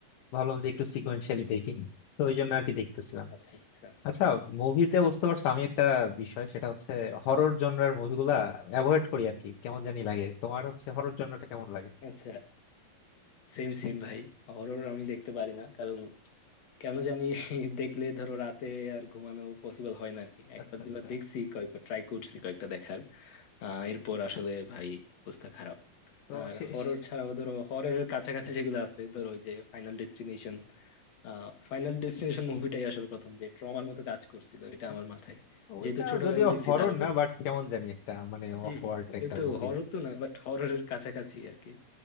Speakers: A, on the left (about 70°); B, on the left (about 55°).
A: ভাবলাম যে একটু সিকোয়েন্সিয়ালি
B: হুম হুম
A: দেখি তো ওই জন্য আর কি দেখতেছিলাম
B: আচ্ছা আচ্ছা
A: আচ্ছা মুভিতে বুঝতে পারছো আমি একটা বিষয় সেটা হচ্ছে হরর জনরার মুভিগুলা অ্যাভয়েড করি আর কি কেমন জানি লাগে তোমার হচ্ছে হরর জনরাটা কেমন লাগে
B: আচ্ছা সেম সেম ভাই হরর আমি দেখতে পারি না কারণ কেন জানি <laughs> দেখলে ধরো রাতে আর ঘুমানো পসিবল হয় না আরকি একবার
A: আচ্ছা
B: দুবার
A: আচ্ছা
B: দেখছি কয়েকবার ট্রাই করছি কয়েকটা দেখার আহ এরপর আসলে ভাই অবস্থা খারাপ
A: তো
B: আর
A: শেষ
B: হরর ছাড়াও ধরো হররের কাছাকাছি যেগুলো আছে ধরো ওই যে ফাইনাল ডেস্টিনেশন আহ ফাইনাল ডেস্টিনেশন মুভিটাই আসলে প্রথম যে ট্রমার মতো কাজ করছিল এটা
A: আচ্ছা,
B: আমার মাথায়
A: ওইটা
B: যেহেতু ছোটকালে
A: যদিও
B: দেখছি
A: হরর
B: তার উপর
A: না বাট কেমন জানি একটা মানে
B: হম
A: অকওয়ার্ড
B: হম কিন্তু
A: একটা মুভি
B: হরর তো না বাট হররের কাছাকাছি আর কি